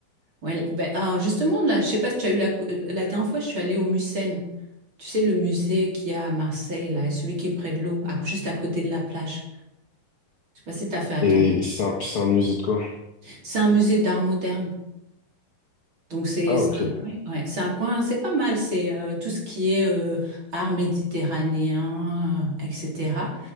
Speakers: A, on the right; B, on the left.
A: Ouais, ben, ah, justement, là, je sais pas si tu as eu la, la dernière fois, je suis allée au Mucem. Tu sais, le musée qu'il y a à Marseille, là, celui qui est près de l'eau, à co- juste à côté de la plage. Je sais pas si tu as fait attention.
B: Et c'est un, c'est un musée de quoi?
A: C'est un musée d'art moderne. Donc, c'est
B: Ah,
A: c'est
B: ok.
A: un,
B: Ah,
A: ouais, ouais, c'est un coin, c'est pas mal. C'est euh, tout ce qui est euh, art méditerranéen, euh, etc.